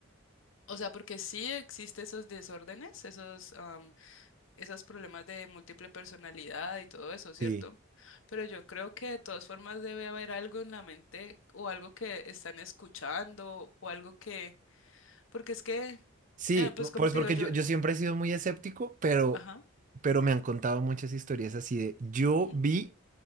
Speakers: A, on the left; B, on the right.
A: o sea, porque sí existe esos desórdenes, esos esos problemas de múltiple personalidad y todo eso,
B: sí,
A: ¿cierto? Pero yo creo que de todas formas debe haber algo en la mente o algo que están escuchando o algo que, porque es que,
B: sí,
A: eh, pues como
B: pues
A: te
B: porque
A: digo yo,
B: yo, yo siempre he sido muy escéptico, pero,
A: ajá,
B: pero me han contado muchas historias así de yo
A: ujú,
B: vi